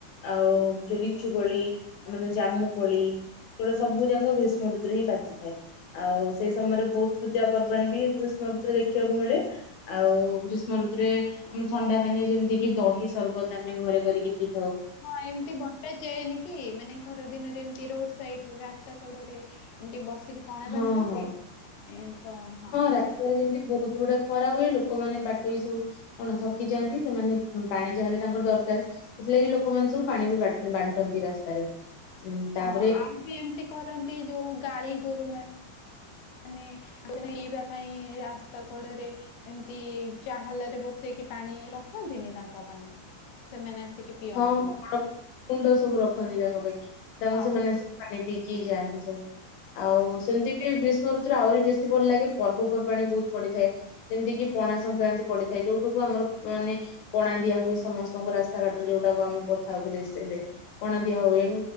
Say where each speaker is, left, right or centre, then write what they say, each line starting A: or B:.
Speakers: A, on the left; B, on the left.
A: ଆଉ ଯଉ ଲିଚୁ କୋଳି ଆମ ଜାମୁ କୋଳି ଅଗୁଡ଼ା ସବୁ - ସବୁ ଯାକ ଗ୍ରୀଷ୍ମ ଋତୁରେ ହିଁ ପାଚି ଥାଏ। ଆଉ ସେଇ ସମୟରେ ବହୁତ ପୂଜା ପର୍ବାଣୀ ବି ଗ୍ରୀଷ୍ମ ଋତୁରେ ଦେଖିବାକୁ ମିଳେ। ଆଉ ଗ୍ରୀଷ୍ମ ଋତୁରେ ଆମେ ଥଣ୍ଡା ପାନୀୟ ଯେମିତି କିି ଦହି ସରବତ ଆମେ ଘରେ କରିକି ପି-
B: ହଁ ଏମିତି ବଣ- ଯାଏନି କି ମାନେ ଖରା ଦିନରେ ଏମତି ରୋଡ ସାଇଡ ରାସ୍ତା କଡ ରେ। ଏମିତି ବସିକି- ପଣା
A: ହଁ
B: ବାଣ୍ଟନ୍ତି
A: ହଁ
B: ଏ ତ ହଁ
A: ରାସ୍ତାରେ
B: ସେ-
A: ଯେମିତି ବହୁତ ଗୁଡ଼େ ଖରା ହୁଏ। ଲୋକମାନୋନ ବାଟୋଇ ସବୁ ସବୁ- କଣ ଥକି ଯାଆନ୍ତି। ସେମାନେ ପାଣି ଯାହାହେଲେ ତାଙ୍କର ଦରକାର। ସେଥିଲାଗି ଲୋକମାନେ ସବୁ ପାଣି ବି ବାଣ୍ଟନ୍ତି ରାସ୍ତାରେ। ଉଁ ତାପରେ
B: ହଁ ଆଉ ବି ଏମିତି କରନ୍ତି ଯୋଉ ଗାଈ ଗୋରୁ ମାନେ- ମାନେ ଆଉ ତମେ ଏଇଭଳିଆ ପାଇଁ ରାସ୍ତା କଡ଼ରେ - ଏମିତି ଚାହାଲ ରେ ବସେଇକି ପାଣି ରଖନ୍ତିନି ତାଙ୍କ ପାଇଁ ସେମାନେ ଆସିକି- ପିଅନ୍ତି
A: ହଁ ହଁ ବଡ଼ ବଡ଼ କୁଣ୍ଡ ସବୁ ରଖନ୍ତି ତାଙ୍କ ପାଇଁ। ତାଙ୍କ
B: ହଁ
A: ସେମାନେ ଆସି - ପାଣି ପିଇକିି ଯାଆନ୍ତି ସବୁ ଆଉ ସେମିତି- ଗ୍ରୀଷ୍ମ ଋତୁରେ ଆହୁରି ବେଶୀ ଭଲ ଲାଗେ ପର୍ବପର୍ବାଣି ବହୁତ ପଡିିଯାଏ। ଯେମିତି କିି ପଣା ସଂକ୍ରାନ୍ତି ପଡିଥାଏ। ଯୋଉଠୁକୁ ଆମର ମାନେ ପଣା ଦିଆ ହୁଏ ସମସ୍ତଙ୍କୁ ରାସ୍ତା ଘାଟ - ଯୋଉଟାକୁ ଆମେ କଥା ହଉଥିଲେ ଏବେ କଣ ଦିଆ ହୁଏ